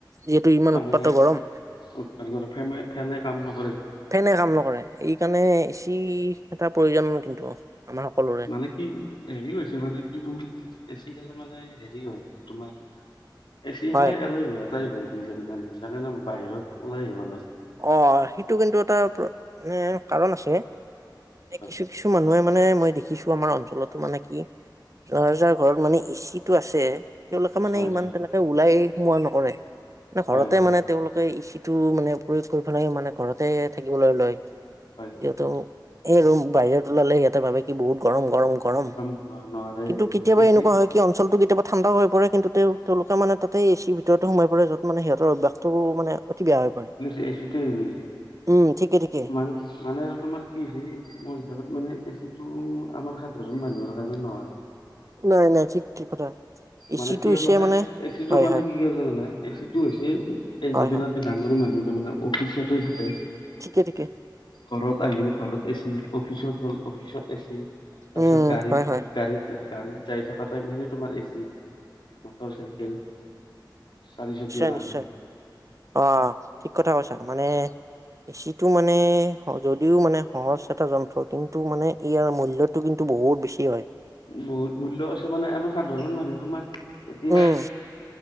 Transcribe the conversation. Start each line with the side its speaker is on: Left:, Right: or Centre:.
Right: যিহেতু ইমান। উৎপাত
Left: মানে
Right: গৰম
Left: <unintelligible> কেনে কাম নহ।
Right: ফেনে কাম নকৰে এই কাৰণে এচি এটা প্ৰয়োজন কিন্তু। আমাৰ সকলোৰে
Left: মানে কি হেৰি হৈছে মানে কি তোৰ এচি খালে মানে হেৰি হয়। তোমাৰ। এচি
Right: হয়
Left: হলে এলৈ। তাই হৈ কিছোন মানুহ বিলাকে নহ বাহিৰত ওলাই আহিব নোৱাৰে।।
Right: অ সেইটো কিন্তু এটা মানে কাৰণ আছে। মানে
Left: নোৱাৰে
Right: কিছু কিছু মানুহে। মানে মই দেখিছোঁ আমাৰ অঞ্চলতো মানে কি যাৰ যাৰ ঘৰত মানে এচিটো আছে। তেওঁলোকে মানে
Left: হয়
Right: ইমান তেনেকে ওলাই। সোমোৱা নকৰে। মানে ঘৰতে
Left: হয়
Right: মানে তেওঁলোক। সিটো মানে। প্ৰয়োগ কৰি পেলাই মানে ঘৰতে থাকিবলৈ লয়।
Left: হয় হয়
Right: হেটোয়। এই ৰুম বাহিৰত ওলালে সিহঁতে ভাবে কি বহুত গৰম গৰম গৰম
Left: হ'ব নোৱাৰে
Right: কিন্তু
Left: তাৰমানে
Right: কেতিয়াবা
Left: এচি
Right: এনেকুৱা হয় কি অঞ্চলটো কে কেতিয়াবা ঠাণ্ড হৈ পৰে কিন্তু তেওঁলোকে মানে তাতে এ চিৰ ভিতৰতে সোমাই পৰে য মানে সিহঁতৰ অভ্যাসটো মানে অতি বেয়া হৈ পৰে
Left: এই সেইটোৱে হৈ গৈছে
Right: উম ঠিকে ঠিকে
Left: মান মানে আৰু তোমাৰ কি হৈছি মোৰ হিচাপত মানে এচিটো আমাৰ সাধাৰণ মানুহৰ কাৰণে নহয়।
Right: নাই-নাই ঠিক-ঠিক কথা। এচিটো
Left: মানে কিয়
Right: হৈছে
Left: মানে এচিটো
Right: হয়
Left: মানে
Right: হয়
Left: কি <unintelligible> জানা এচিটো হৈছে এই
Right: হয়
Left: যিবিলাক
Right: হয়
Left: ডাঙৰ মানুহ যে মানে অফিচতেই থাকে
Right: ঠিকে-ঠিকে।
Left: ঘৰত আহিল ঘৰত এছি অফিচত গল অফিচত এছি তাৰপিছত
Right: উম
Left: গাড়ী-গাড়ী
Right: হয় হয়
Left: গাড়ীত যাই থকা টাইমখিনি তোমাৰ এচি। মটৰ চাইকেল চাৰিচকীয়া
Right: নিশ্চয়-নিশ্চয়
Left: বাহনত
Right: অ, ঠিক কথা কৈছা মানে <unintelligible> টো মানে হয় যদিও মানে সহজ এটা যন্ত্ৰ কিন্তু মানে ইয়াৰ মূল্যটো কিন্তু বহুত বেছি হয়
Left: বহুত মূল্য আছে মানে এনে সাধাৰণ মানুহ তোমাৰ এতিয়া
Right: উম